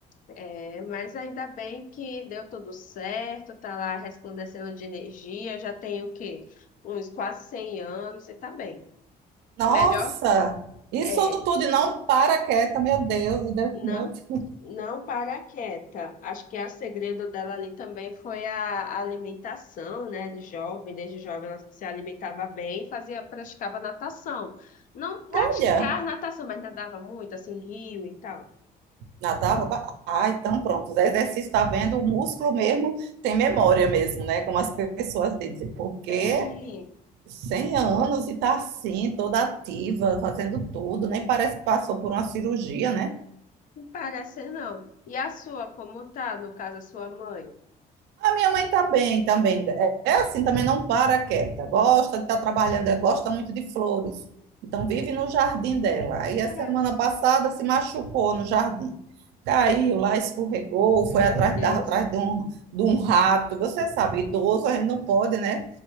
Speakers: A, on the left; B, on the right.
A: é, mas ainda bem que deu tudo certo, tá lá resplandecendo de energia, já tem o quê? Uns quase 100 anos e tá bem.
B: nossa.
A: Melhor,
B: Isso
A: é,
B: tudo e não para quieta, meu Deus,
A: Não,
B: meu Deus.
A: não para quieta. Acho que a segredo dela ali também foi a alimentação, né? De jovem, desde jovem ela se alimentava bem e fazia, praticava natação. Não praticar
B: Olha.
A: natação, mas nadava muito, assim, rio e tal.
B: Nadava? ba- Ah, então pronto. O exercício está vendo, o músculo mesmo tem memória mesmo, né? Como as pessoas dizem. Porque
A: Tem,
B: 100 anos e tá assim, toda ativa, fazendo tudo, nem parece que passou por uma cirurgia, né?
A: não parece não. E a sua, como tá, no caso, a sua mãe?
B: A minha mãe tá bem também. É é assim, também não para quieta. Gosta de estar trabalhando, gosta muito de flores. Então vive no jardim dela. Aí a
A: É,
B: semana passada se machucou no jardim. Caiu lá, escorregou, foi
A: Meu
B: atrás,
A: Deus.
B: da- atrás de um, de um rato. Você sabe, idoso a gente não pode, né?